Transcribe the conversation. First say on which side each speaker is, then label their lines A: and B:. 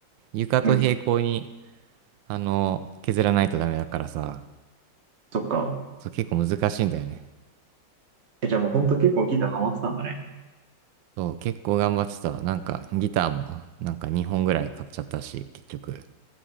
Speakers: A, on the right; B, on the right.
A: 床と平行に、
B: うん。
A: あの、削らないとダメだからさ、
B: そっか。
A: そう、結構難しいんだよね。
B: え、じゃあもうほんと結構ギターハマってたんだね。
A: そう、結構頑張ってた。なんか、ギターも、なんか2本ぐらい買っちゃったし、結局。